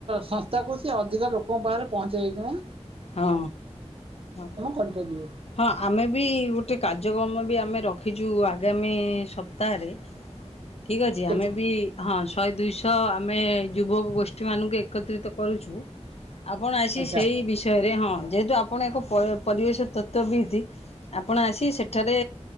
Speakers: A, on the right; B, on the left.
A: ସଂସ୍ଥାକୁ ସେ ଅ ଧିକା ଲୋକଙ୍କ ପାଖରେ ପହଞ୍ଚେଇକିଣା
B: ହଁ ହ
A: କରିପାରିବେ
B: ହଁ ଆମେ ବି ଗୋଟେ କାର୍ଯ୍ୟକ୍ରମ ବି ଆମେ ରଖ ରଖିଛୁ ଆଗାମୀ ସପ୍ତାହରେ। ଠିକ୍ ଅଛି
A: କେତେ
B: ଆମେ ବି ହଁ ଶହେ ଦୁଇଶହ ତ ଆମେ ଯୁବକ ଗୋଷ୍ଠୀମାନଙ୍କୁ ଏକତ୍ରିତ କରୁଛୁ ତ ଆପଣ ଆସି
A: ଆଚ୍ଛା
B: ସେଇ ବିଷୟ ହଁ ଯେହେତୁ ଆପଣ ଏକ ପରିବେଶ ତତ୍ଵ ବିତି ଆପଣ ଆସି ସେଠାରେ